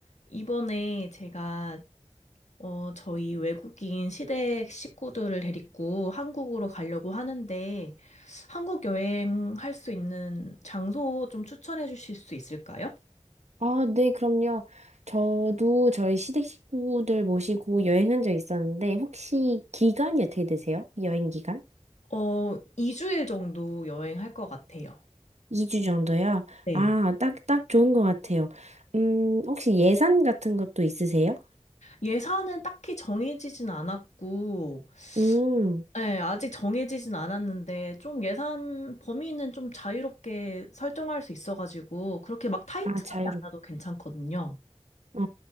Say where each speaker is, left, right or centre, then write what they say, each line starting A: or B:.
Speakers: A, on the left; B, on the right.
A: 이번에 제가 어, 저희 외국인 시댁 식구들을 데리고 한국으로 가려고 하는데 한국 여행할 수 있는 장소 좀 추천해 주실 수 있을까요?
B: 아, 네, 그럼요. 저도 저희 시댁 식구들 모시고 여행한 적 있었는데, 혹시 기간이 어떻게 되세요? 여행 기간?
A: 어, 2주일 정도 여행할 것 같아요.
B: 2주 정도요?
A: 네.
B: 아, 딱, 딱 좋은 것 같아요. 음, 혹시 예산 같은 것도 있으세요?
A: 예산은 딱히 정해지진 않았고,
B: 음,
A: 네, 아직 정해지진 않았는데, 좀 예산 범위는 좀 자유롭게 설정할 수 있어가지고, 그렇게 막 타이트하지
B: 아, 자유롭.
A: 않아도 괜찮거든요.
B: 어,